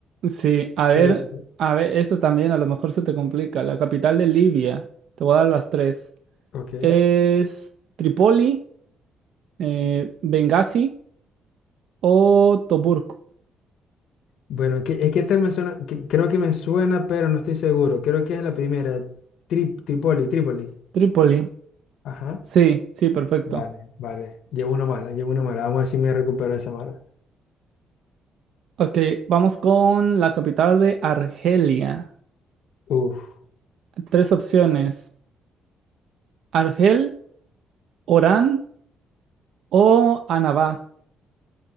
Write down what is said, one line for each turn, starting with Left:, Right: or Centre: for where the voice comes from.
Right: Sí, a
Left: Está
Right: ver,
Left: bien,
Right: a ver, eso también a lo mejor se te complica. La capital de Libia, te voy a dar las tres.
Left: Ok.
Right: Es Tripoli, eh, Benghazi O Tobruk,
Left: Bueno, que- es que esta me suena, que- creo que me suena, pero no estoy seguro. Creo que es la primera, Tri- Tripoli, Tripoli.
Right: Trípoli.
Left: Ajá.
Right: Sí, sí, perfecto.
Left: Vale, vale. Llevo una mala, llevo una mala. Vamos a ver si me recupero esa mala.
Right: Ok, vamos con la capital de Argelia.
Left: Uf,
Right: Tres opciones. Argel, Orán o Annaba.